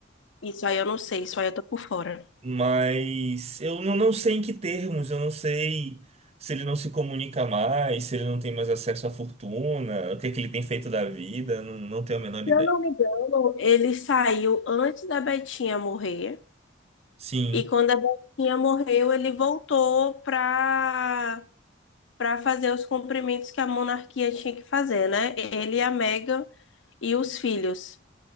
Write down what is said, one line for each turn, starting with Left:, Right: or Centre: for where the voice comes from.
Left: Isso aí eu não sei, isso aí eu tô por fora.
Right: Mas eu não, não sei em que termos, eu não sei se ele não se comunica mais, se ele não tem mais acesso à fortuna, o que é que ele tem feito da vida, não, não tenho a menor
Left: Se
Right: ideia.
Left: eu não me engano, Ele saiu antes da Betinha morrer,
Right: Sim,
Left: e quando a Betinha morreu, ele voltou pra, pra fazer os cumprimentos que a monarquia tinha que fazer, né? Ele, a Meghan e os filhos.